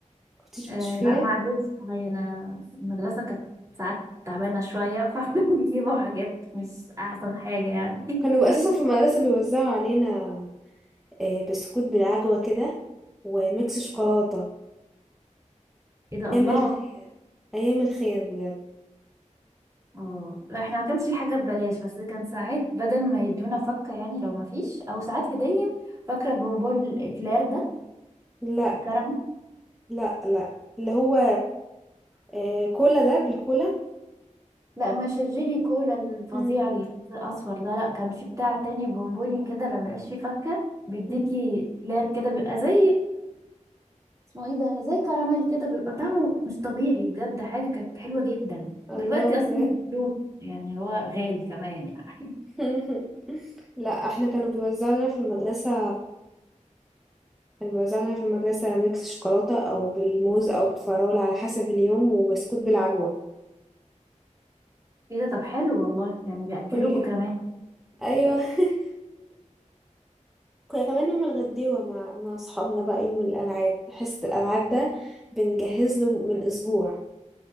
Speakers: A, in the centre; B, on the right (about 25°).
A: كنتش
B: آه
A: بتشوفيها
B: لا ما عدتش عليا انا المدرسة كانت ساعات تعبانة شوية <laughs> فبيجيبوا حاجات مش احسن حاجة يعني <laughs>
A: كانوا بيبقوا اساسا في المدرسة بيوزعوا علينا آه، بسكوت بالعجوة كده وميكس شوكولاتة
B: ايه ده الله
A: أيام الخير أيام الخير بجد
B: اه لا احنا ما كانش في حاجة ببلاش بس كان ساعات بدل ما يدونا فكة يعني لو ما فيش او ساعات هدية فاكرة بونبون الاكلير ده
A: لا
B: الكراميل
A: لا لا اللي هو آه كولا ده بالكولا
B: لا مش الجيلي كولا الفظيع
A: مم.
B: الاصفر ده لا كان في بتاع تاني بونبوني كده لما يبقاش فيه فكة بيديكي
A: مم.
B: كلير كده بيبقى زي اسمه ايه ده زي كراميل كده بيبقى طعمه مش طبيعي بجد حاجة كانت حلوة جدا
A: الله
B: دلوقتي
A: بجد
B: اصلا بفلوس يعني اللي هو غالي كمان يعني
A: <laughs> لا احنا كانوا بيوزعوا لنا في المدرسة كانوا بيوزعوا لنا في المدرسة ميكس شوكولاتة أو بالموز أو بالفراولة على حسب اليوم وبسكوت بالعجوة
B: <laughs> ايه ده طب حلو والله يعني بيأكلوكوا
A: كل يوم
B: كمان
A: أيوه <laughs> كنا كمان نعمل غديوة مع مع أصحابنا بقى يوم الألعاب حصة الألعاب ده بنجهز له من أسبوع